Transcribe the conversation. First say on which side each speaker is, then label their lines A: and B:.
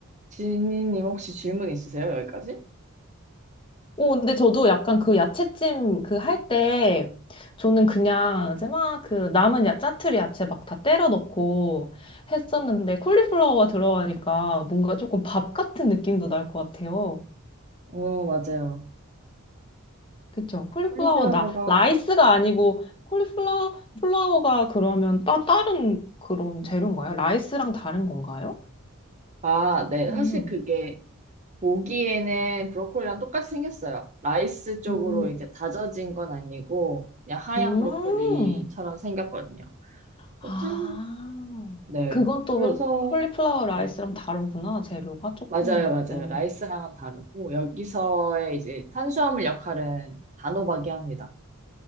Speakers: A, on the right; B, on the left.
A: 지니님 혹시 질문 있으세요? 여기까지?
B: 오, 근데 저도 약간 그 야채찜 그 할 때, 저는 그냥 이제 막 그 남은 야, 짜투리 야채 막 다 때려 넣고 했었는데, 콜리플라워가 들어가니까 뭔가 조금 밥 같은 느낌도 날 것 같아요.
A: 어 맞아요.
B: 그쵸? 콜리플라워,
A: 콜리플라워가
B: 나, 라이스가 아니고, 콜리플라워, 플라워가 그러면 따, 다른 그런 재료인가요? 라이스랑 다른 건가요?
A: 아 네 사실
B: 음,
A: 그게 보기에는 브로콜리랑 똑같이 생겼어요. 라이스 쪽으로
B: 음,
A: 이제 다져진 건 아니고 그냥 하얀
B: 음.
A: 브로콜리처럼 생겼거든요.
B: 아,
A: 여튼 네.
B: 그건 또
A: 그래서,
B: 콜리플라워 라이스랑
A: 네.
B: 다르구나. 재료가 조금,
A: 맞아요, 맞아요.
B: 음.
A: 라이스랑은 다르고, 여기서의 이제 탄수화물 역할은 단호박이 합니다.